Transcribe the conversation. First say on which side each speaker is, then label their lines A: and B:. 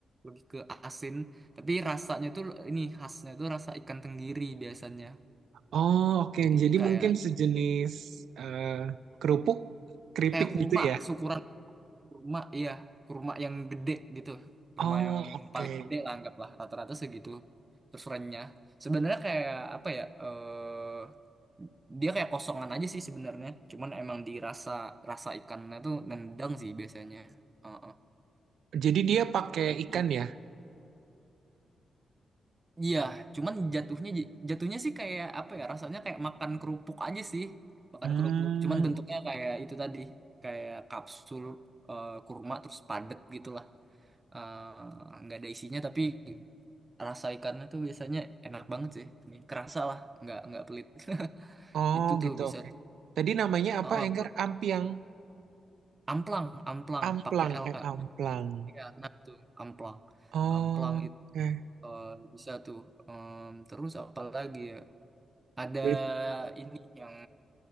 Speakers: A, on the right (about 25°); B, on the right (about 80°).
A: lebih ke asin. Tapi rasanya tuh ini khasnya tuh rasa ikan tenggiri biasanya.
B: Oh, oke.
A: Jadi
B: Jadi
A: kayak
B: mungkin sejenis
A: gede.
B: eh, kerupuk, keripik
A: Kayak kurma,
B: gitu ya?
A: syukuran kurma, iya kurma yang gede gitu. Kurma
B: Oh,
A: yang
B: oke.
A: paling gede lah anggaplah rata-rata segitu. Terus renyah. Sebenarnya kayak apa ya? eh dia kayak kosongan aja sih sebenarnya. Cuman emang dirasa rasa ikannya tuh nendang sih biasanya. Heeh.
B: Jadi dia pakai
A: Itu.
B: ikan ya?
A: Iya, cuman jatuhnya jatuhnya sih kayak apa ya? Rasanya kayak makan kerupuk aja sih. Makan
B: Hmm.
A: kerupuk. Cuman bentuknya kayak itu tadi, kayak kapsul eh, kurma terus padet gitulah, Eh, nggak ada isinya tapi rasa ikannya tuh biasanya enak banget sih. Ini kerasa lah, nggak nggak pelit. <laughs>
B: Oh,
A: Itu tuh
B: gitu,
A: bisa
B: oke.
A: tuh
B: Tadi namanya
A: buat-
B: apa,
A: oh, oh,
B: Enggar?
A: buat
B: Ampiang,
A: amplang, amplang
B: amplang,
A: pakai L
B: eh,
A: Kak.
B: amplang.
A: Iya, nah tuh amplang.
B: Oh,
A: Amplang itu
B: oke.
A: eh, bisa tuh. Em, terus apa lagi ya? ada
B: Bet-
A: ini yang